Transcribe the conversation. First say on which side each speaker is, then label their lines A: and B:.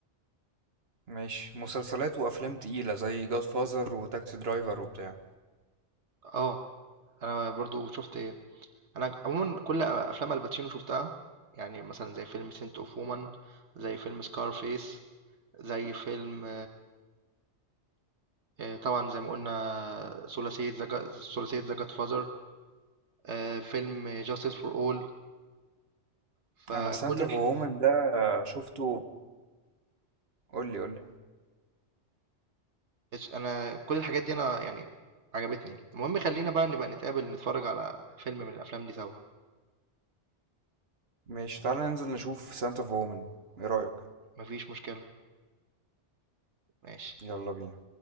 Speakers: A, on the right; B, on the right.
A: ماشي مسلسلات وافلام تقيلة زي جاد فازر وتاكسي درايفر وبتاع
B: آه، أنا برضه شُفت إيه، أنا عمومًا كل أ أفلام الباتشينو شُفتها، يعني مثلًا زي فيلم Scent of Woman، زي فيلم Scarface، زي فيلم آه، طبعا زي ما قلنا ثلاثية ذا جا- ثلاثية ذا جاد فازر آه، فيلم جاستس فور اول فكل
A: انا سانتا
B: الح...
A: اوف وومن ده شفته قولي قولي
B: انا كل الحاجات دي انا يعني عجبتني المهم خلينا بقى نبقى نتقابل نتفرج على فيلم من الافلام دي سوا
A: ماشي تعالى ننزل نشوف سانتا اوف وومن ايه رأيك
B: مفيش مشكلة ماشي
A: يلا بينا